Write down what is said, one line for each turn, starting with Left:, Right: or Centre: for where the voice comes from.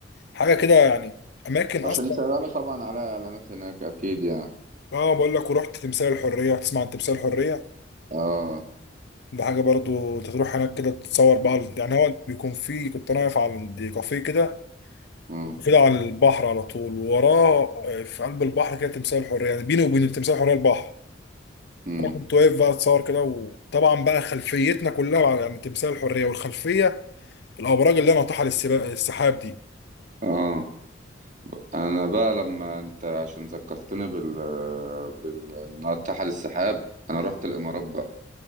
Left: حاجه كده يعني اماكن
Right: عشان
Left: اصلا
Right: يشغلوا طبعا على اعلانات هناك اكيد يعني
Left: اه بقول لك ورحت تمثال الحريه تسمع عن تمثال الحريه
Right: اه
Left: ده حاجه برضو انت تروح هناك كده تتصور بقى يعني هو بيكون فيه كنت انا واقف عند كافيه كده
Right: امم
Left: المفروض على البحر على طول ووراه آه، في قلب البحر كده تمثال الحريه يعني بيني وبين تمثال الحريه البحر
Right: امم
Left: انا كنت واقف بقى اتصور كده وطبعا بقى خلفيتنا كلها على- يعني تمثال الحريه والخلفيه الابراج اللي انا ناطحه للسبا- السحاب دي
Right: اه انا بقى لما انت عشان ذكرتني بال بال إنها تحت السحاب انا رحت الامارات بقى